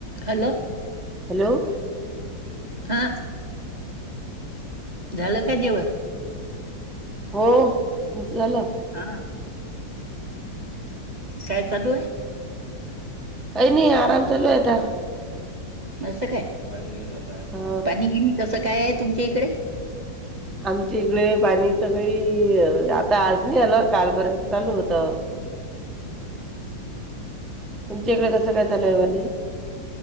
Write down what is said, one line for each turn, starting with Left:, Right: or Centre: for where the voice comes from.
Right: Hello
Centre: hello
Right: हा झालं का जेवण
Centre: हो झालं
Right: हा काय चालू आहे
Centre: अय नाही आराम चालू आहेता
Right: असं काय
Centre: ह
Right: पाणी गिनी कसं काय आहे तुमच्या इकडे
Centre: आमच्या इकडे पाणी तर काही आता आज नाही आला कालपर्यंत चालू होत तर तुमच्या इकडे कसं काय चालयवनी